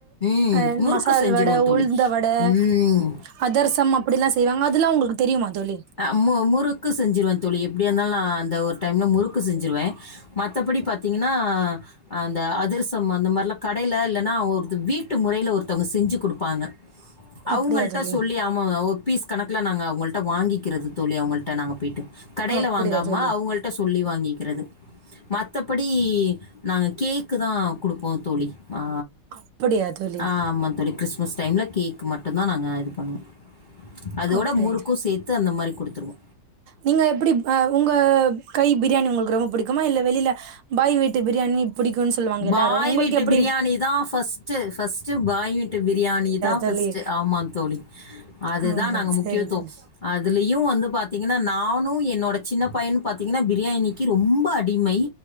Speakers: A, on the left (about 45°); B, on the right (about 75°).
A: ம்
B: ஆ
A: முறுக்கு
B: மசால்
A: செஞ்சுருவோம்
B: வடே
A: தோழி
B: உளுந்த வடே
A: ம்
B: அதர்சம் அப்பிடில்லா செய்வாங்க அதெல்லா உங்களுக்கு தெரியுமா தோழி
A: ஆ மு முறுக்கு செஞ்சிருவே தோளி எப்பிடியா இருந்தாலு நா அந்த ஒரு டைம்ல முறுக்கு செஞ்சிருவே மத்தபடி பாத்தீங்கன்னா அந்த அது அதிரசம் அந்த மாரிலா கடையில இல்லன்னா ஒரு வீட்டு முறையில ஒருத்தவங்க செஞ்சு கொடுப்பாங்க அவுங்கள்ட்ட
B: அப்டியா தோழி
A: சொல்லி ஆமாங்க ஒரு பீஸ் கணக்குல நாங்க அவுங்கள்ட வாங்கி க்கிறது தோளி அவங்கள்ட்ட நாங்க போய்டு கடையில
B: அப்டியா
A: வாங்காம
B: தோழி
A: அவங்கள்ட சொல்லி வாங்கிக்கிறது மத்தபடி நாங்க கேக்கு தா குடுப்போ தோளி ஆ
B: அப்டியா தோழி
A: ஆமாந் தோளி கிறிஸ்மஸ் டைம்ல கேக் மட்டு தா நாங்க இது பண்ணுவோ அதோட
B: அப்டியா
A: முறுக்கு
B: தோழி
A: சேத்து அந்த மாரி குடுத்துருவோ
B: நீங்க எப்பிடி அ உங்க கை பிரியாணி உங்களுக்கு ரொம்ப பிடிக்குமா இல்ல வெளியில பாய் வீட்டு ட்டு பிரியாணி பிடிக்குனு சொல்லுவாங்க
A: பாய்
B: எல்லாரு உங்குளுக்கு
A: வீட்டு
B: எப்பிடி
A: பிரியாணி தான் ஃபர்ஸ்ட்டு ஃபர்ஸ்ட்டு பாய் வீட்டு பிரியாணி தா
B: தோழி
A: ஃபஸ்ட்டு ஆமாந் தோளி அதுதா
B: ஆமா
A: நாங்க
B: சரி
A: முக்கியத்துவோ
B: தோழி
A: அதுலேயே இவங்க வந்து பாத்தீங்கன்னா நானு என்னோட சின்ன பையனு பாத்தீங்கன்னா பிரியாணிக்கு ரொம்ப அடிமை